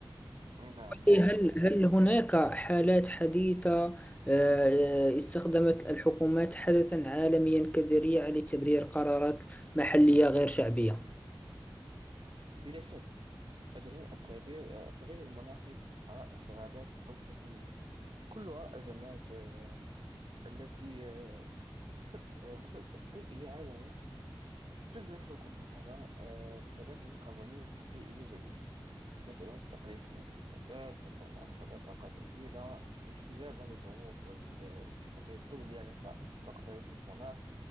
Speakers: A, on the right; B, on the left.
A: نعم نعم
B: إيه، هل
A: حقا
B: هل هناك حالات حديثة آه، استخدمت الحكومات حدثا عالميا كذريعة لتبرير قرارات محلية غير شعبية؟
A: بلا شك مجال التعبير آه، التغير المناخي حرائق الغابات أو شحن المياه، كلها أزمات آه، التي آه، سب آه، مسبب بيئي عالمي تجبر الحكومات على آه، تبني قوانين بيئية جديدة مثلا تقليص الانبعاثات البحث عن مصادر طاقة بديلة الاستجابة للضغوط والاتفاقية الدولية مثل اتفاق باريس للمناخ